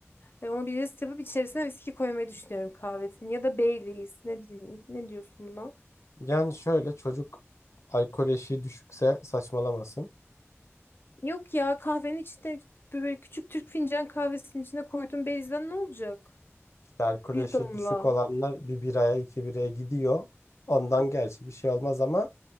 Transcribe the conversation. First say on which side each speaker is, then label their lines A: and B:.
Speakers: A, on the left; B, on the left.
A: Ve onu bir jest yapıp içerisine viski koymayı düşünüyorum kahvesini. Ya da Baileys. Ne, di- ne diyorsun buna?
B: Yani şöyle çocuk alkol eşiği düşükse saçmalamasın.
A: Yok ya kahvenin içinde böyle küçük Türk fincan kahvesinin içine koyduğum Baileys'den ne olacak?
B: İşte alkol
A: Bir
B: eşiği
A: damla.
B: düşük olanlar bir biraya iki biraya gidiyor. Ondan gerçi bir şey olmaz ama